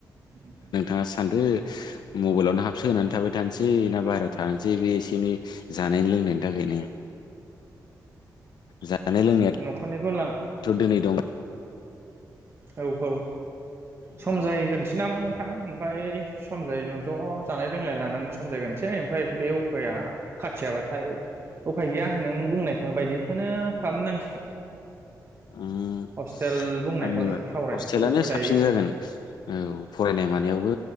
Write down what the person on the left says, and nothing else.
आ सान दो मबेलावनो हाबसोहोनानै थाबाय थानोसै ना बाहेरायाव थानोसै बे एसे एनै जानायनि लोंनायनि थाखायनो। जानाय लोंनाया
थ' दिनै दं
उम
ओम
आंनिबा
हस्टेेलानो
साबसिन
जागोन औ फरायनाय मानायावबो